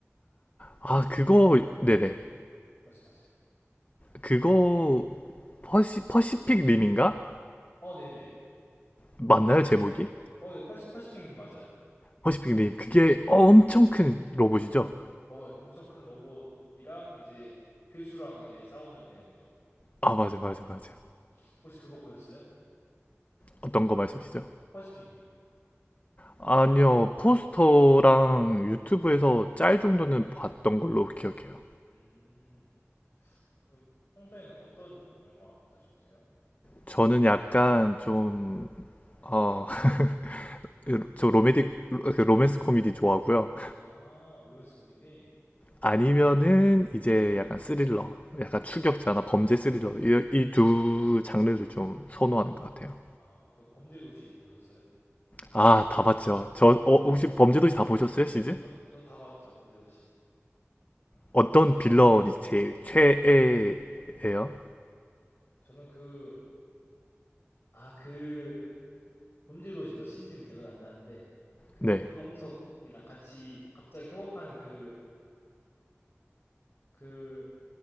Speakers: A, on the left (about 35°); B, on the left (about 50°).
A: 아,
B: 혹시,
A: 그거, 네네.
B: 네, 말씀하세요.
A: 그거, 퍼시, 퍼시픽 림인가?
B: 어, 네네.
A: 맞나요, 제목이?
B: 어, 예, 퍼시, 퍼시픽 님 맞아요.
A: 퍼시픽 림. 그게 엄청 큰 로봇이죠?
B: 어, 예, 엄청 큰 로봇이랑 이제 괴수랑 이제 싸우는 내용이죠.
A: 아, 맞아, 맞아, 맞아.
B: 네. 혹시 그거 보셨어요?
A: 어떤 거 말씀이시죠?
B: 퍼시픽 님이요.
A: 아니요, 포스터랑 유튜브에서 짤 정도는 봤던 걸로 기억해요.
B: 음, 그럼 평소에는 어떤 영화 자주 보세요?
A: 저는 약간 좀, 어, <laughs> 저 로맨틱, 그 로맨스 코미디 좋아하고요.
B: 아, 로맨스 코미디?
A: 아니면은
B: 네.
A: 이제 약간 스릴러, 약간 추격자나 범죄 스릴러 이 두 장르를 좀 선호하는 것 같아요.
B: 아, 그럼 범죄도시 보셨어요?
A: 아, 다 봤죠. 저
B: 아,
A: 어, 혹시 범죄도시 다 보셨어요, 시즌?
B: 저, 저 다 봤죠, 범죄도시.
A: 어떤 빌런이 제일 최애예요?
B: 저는 그, 아, 그 범죄도시 몇 신지는 기억은 안 나는데 그
A: 네,
B: 마동석이랑 같이 갑자기 협업하는 그 그